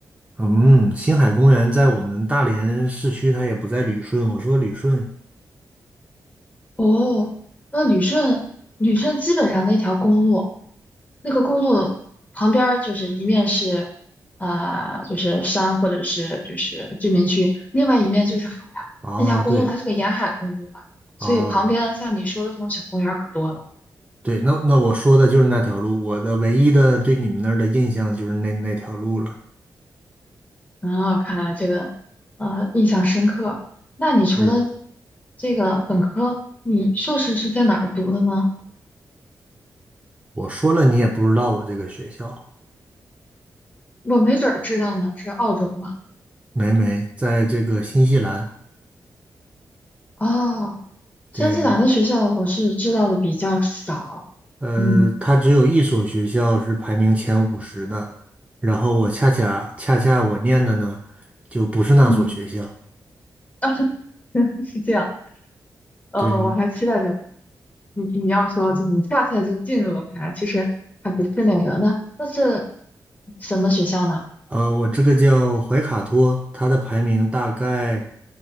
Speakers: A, on the right (about 15°); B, on the left (about 20°).
A: 嗯，星海公园在我们大连市区，它也不在旅顺。我说旅顺
B: 哦，那旅顺，旅顺基本上那条公路，那个公路旁边儿就是一面是，啊、就是山或者是就是居民区，另外一面就是海啊。
A: 啊，
B: 那条公路它是个沿海公路啊，
A: 对
B: 所以旁边像你说的这种小公园儿可多了。
A: 啊，对，那那我说的就是那条路，我的唯一的对你们那儿的印象就是那那条路了。
B: 啊，看来这个呃印象深刻。那你除了
A: 是，
B: 这个本科，你硕士是在哪儿读的呢？
A: 我说了你也不知道我这个学校。
B: 我没准儿知道呢，是澳洲吗？
A: 没没，在这个新西兰，
B: 哦，新西兰的学校我是知道的比较少，
A: 对，呃，
B: 嗯
A: 它只有一所学校是排名前五十的，然后我恰恰恰恰我念的呢，就不是那所学校，
B: 嗯，啊，<laughs> 是这样。呃，
A: 对，
B: 我还期待着你你要说就你恰恰就进入了它，其实还不是那呃个。那那是什么学校呢？
A: 呃，我这个叫怀卡托，它的排名大概